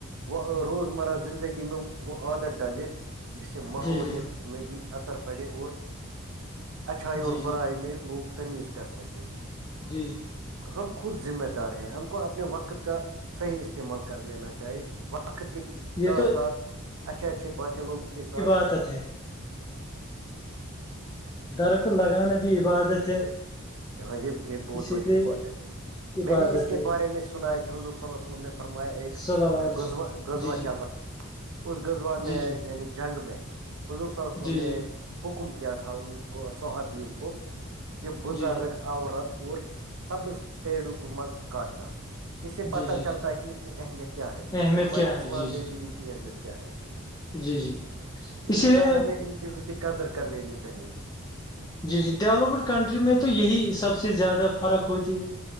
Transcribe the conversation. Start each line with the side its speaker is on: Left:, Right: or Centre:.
Right: وہ روزمرہ زندگی میں وہ عادت ڈالے جس سے ماحوولت
Left: جی جی
Right: میں بھی اثر پڑے اور اچھائی
Left: جی
Right: اور
Left: جی
Right: برائی میں لوگ تمیز کر سکے
Left: جی جی
Right: ہم خود ذمہ دار ہیں ہم کو اپنے وقت کا صحیح استعمال کر لینا چاہی وقت کے
Left: یہ
Right: ساس
Left: تو
Right: ساتھ اچھا اچھے بایہ لوگوں کے ساتس
Left: بتا تھے درکت
Right: ہاں
Left: لگانا بھی عبادت ہے
Right: ہاں یہ ایک بہت
Left: اسی
Right: بڑی
Left: لیے
Right: بات ہے تھی
Left: عبادت
Right: میں نے اس کے
Left: ہے
Right: بارے میں سنا کہ حضرور صلاحو علیہ وسلم نے فرمایا ایک
Left: صلی اللہ علیہ وسلم
Right: غزا غزوہ
Left: جی جی
Right: چل رہا اس غزوہ
Left: جی
Right: میں
Left: جی
Right: یعنی جنگ میں حضور صیہ وسلم
Left: جی
Right: نے
Left: جی
Right: حکم کیا تھا ان کو صحابیوں کو کہ
Left: جی
Right: بزرگ عورت اور سبز پیڑوں کو مت کاٹنا اسے
Left: جی
Right: پت
Left: جی جی
Right: چلتا ہے کہ ان کی اہمیت کیا ہے
Left: اہمیت
Right: ہمارے
Left: کیا ہے
Right: اسلام
Left: جی جی
Right: میں بھی ان کی اہمیت کیا ہے
Left: جی جی اسی
Right: لہذا
Left: لیے
Right: ہمیں ان چیزوں کی قدر کر لینی چاہیے
Left: جی جی ڈیولپڈ کنٹری میں تو یہی سب سے زیادہ فرق ہوتی ہے